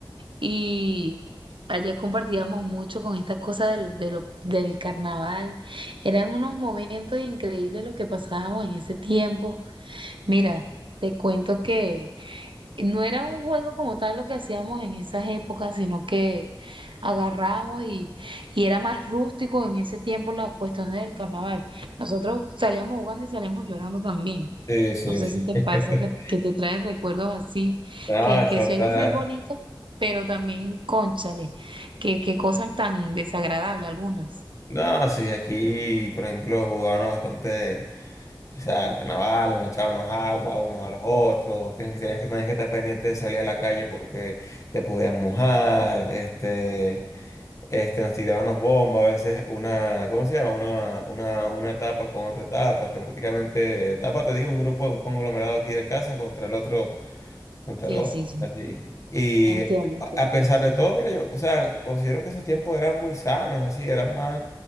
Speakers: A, on the right; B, on the left.
A: Y ayer compartíamos mucho con esta cosa del, de lo- del carnaval. Eran unos momentos increíbles lo que pasábamos en ese tiempo. Mira, te cuento que no era un juego como tal lo que hacíamos en esas épocas, sino que agarramos y, y era más rústico en ese tiempo las cuestiones del carnaval. Nosotros salíamos jugando y salíamos llorando también.
B: Sí, sí,
A: No sé
B: sí.
A: si
B: sí.
A: te
B: <laughs>
A: pasa que, que te traes recuerdos así,
B: No,
A: que,
B: eso
A: que suelen
B: está.
A: ser bonitos, pero también, cónchale, que, que cosas tan desagradables algunas.
B: No, sí, aquí, por ejemplo, jugábamos bastante, o sea, carnaval, nos echábamos agua unos a los otros, tienes que, tienes que, tenías que estar pendiente de salir a la calle porque te podías mojar, este, este, nos tirábamos bombas, a veces una, ¿cómo se llama? Una, una, una etapa con otra etapa, que prácticamente, etapa, te digo, un grupo, un conglomerado aquí de casa contra el otro Montaló,
A: Sí, sí, sí.
B: así. Y
A: Entiendo,
B: a
A: entiendo.
B: a pesar de todo, mira, yo, o sea, considero que esos tiempos eran muy sanos, así, eran más,